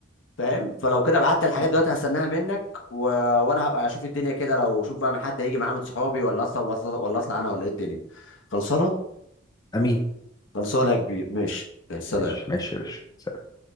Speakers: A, on the left; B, on the left.
A: فاهم فلو كده بعت الحاجات
B: مم.
A: دلوقتي هستناها منك و... وانا هبقى اشوف الدنيا كده لو شوف بقى حد هيجي معاه من صحابي ولا اطلع ولا اطلع ولا أطلع انا ولا ايه الدنيا خلصانه
B: امين
A: خلصانه يا كبير ماشي سلام
B: ماشي ماشي يا باشا